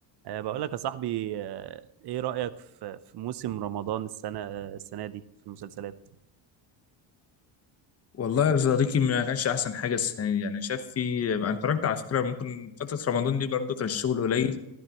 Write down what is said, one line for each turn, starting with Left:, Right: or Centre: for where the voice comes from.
Right: أه بقول لك يا صاحبي أه ايه رأيك في في موسم رمضان السنة آه، السنة دي في المسلسلات
Left: والله يا صديقي ما كانش احسن حاجه السنه دي يعني شاف في انا اتفرجت على فكره ممكن فتره رمضان دي برضو كان الشغل قليل